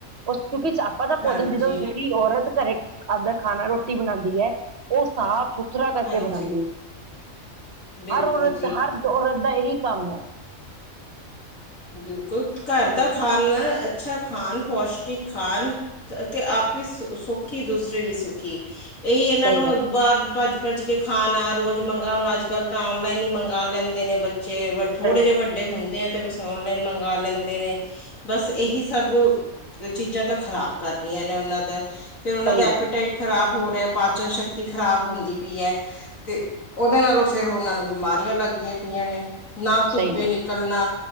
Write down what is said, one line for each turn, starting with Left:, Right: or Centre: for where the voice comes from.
Right: ਉਸ ਕਿਉਂਕਿ, ਆਪਾਂ ਦਾ
Left: ਹਾਂਜੀ
Right: ਭੋਜਨ ਜਦੋਂ ਜਿਹੜੀ ਔਰਤ ਘਰੇ ਅਦਰ ਖਾਣਾ ਰੋਟੀ ਬਣਾਦੀ ਹੈ ।ਉਹ ਸਾਫ-ਸੁਥਰਾ ਕਰਕੇ
Left: ਹਾਂਜੀ
Right: ਬਣਾਉਂਦੀ ਹੈ।
Left: ਬਿਲਕੁਲ
Right: ਹਰ ਔਰਤ
Left: ਜੀ
Right: ਹਰ ਔਰਤ ਦਾ ਇਹੀ ਕੰਮ ਹੈ।
Left: ਬਿਲਕੁਲ ਘਰ ਦਾ ਖਾਣ, ਅੱਛਾ ਖਾਣ ਪੋਸ਼ਟਿਕ ਖਣ ਤੇ ਆਪ ਵੀ ਸੁਖੀ ਦੂਸਰੇ ਵੀ ਸੁਖੀ। ਇਹੀ, ਇਹਨਾਂ
Right: ਸਹੀ
Left: ਨੂੰ
Right: ਗੱਲ
Left: ਬਾਹਰ ਭੱਜ ਭੱਜ ਕੇ ਖਾਣਾ ਰੋਜ਼ ਮੰਗਗਾ ਹੁਣ ਅੱਜ ਕੱਲ ਤਾਂ ਔਨਲਾਈਨ ਹੀ ਮੰਗ ਲੈਂਦੇ ਨੇ ਬ ਚ ਥੋੜੇ
Right: ਸਹੀ
Left: ਜਿਹੇ
Right: ਗੱਲ
Left: ਵੱਡੇ ਹੁੰਦੇ ਆ ਤੇ ਬ ਔਨਲਾਈਨ ਮੰਗ ਲੈਂਦੇ ਨੇ ਬਸ ਇਹੀ ਸਭ ਚੀਜ਼ਾਂ ਤਾਂ ਖ਼ਰਾਬ ਕਰ ਰਹੀਆਂ ਨੇ ਉਹਨਾਂ ਦਾ ਫੇਰ ਉਹਨਾਂ
Right: ਸਹੀ
Left: ਦਾ ਐਪੀਟਾਈਟ
Right: ਗੱਲ
Left: ਖ਼ਰਾਬ ਹੋ ਰਿਹਾ ਪਾਚਨ ਸ਼ਕਤੀ ਖ਼ਰਾਬ ਹੁੰਦੀ ਪਈ ਹੈ। ਤੇ ਉਹਦੇ ਨਾਲੋਂ ਫਿਰ ਉਹਨਾਂ ਨੂੰ ਬਿਮਾਰੀਆਂ ਲੱਗਦੀਆਂ ਪਈਆਂ ਨੇ ਨਾ ਧੁੱਪੇ
Right: ਸਹੀ ਗੱਲ
Left: ਨਿਕਲਣਾ,